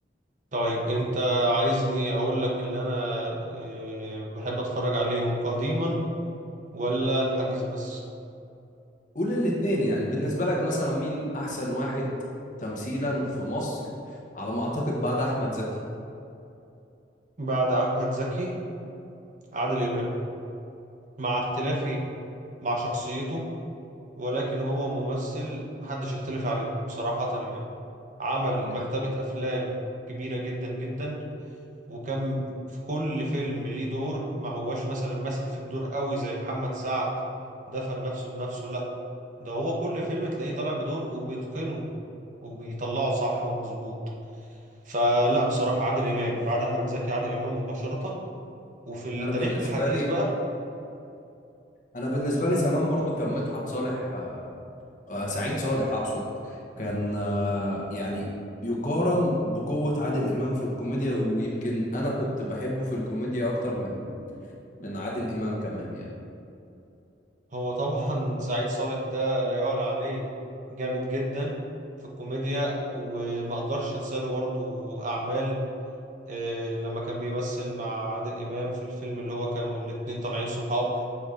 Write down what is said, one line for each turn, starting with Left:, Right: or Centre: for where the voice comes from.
Right: طيب أنت عايزني أقول لك اللي أنا آه، بحب أتفرج عليهم قديما ولا الحديث بس
Left: قول الاتنين يعني بالنسبة لك مثلا مين أحسن واحد تمثيلا في مصر على ما أعتقد بعد أحمد زكي
Right: بعد أحمد زكي عادل إمام مع اختلافي مع شخصيته ولكن هو ممثل محدش يختلف عليه بصراحة يعني عمل
Left: ده-
Right: مكتبة أفلام كبيرة جدا جدا وكم في كل فيلم ليه دور ما هواش مثلا ماسك في الدور قوي زي محمد سعد دفن نفسه بنفسه لا ده هو كل فيلم تلاقيه طالع بدور وبيتقنه وبيطلعه صح ومظبوط فلا بصراحة عادل إمام بعد أحمد زكي عادل إمام مباشرة وفي التاريخ
Left: أنا بالنسبة
Right: الحديث
Left: لي
Right: بقى
Left: أنا بالنسبة لي زمان برضو كان مدحت صالح آه، آه، سعيد صالح أقصد كان آه، يعني يقارن بقوة عادل إمام في الكوميديا ويمكن أنا كنت بحبه في الكوميديا أكتر من من عادل إمام كمان يعني
Right: هو طبعا <laughs> سعيد صالح ده لا يعلى عليه جامد جدا في الكوميديا وما اقدرش انسى له برضو اعمال آه، لما كان بيمثل مع عادل امام في الفيلم اللي هو كانوا الاتنين طالعين صحاب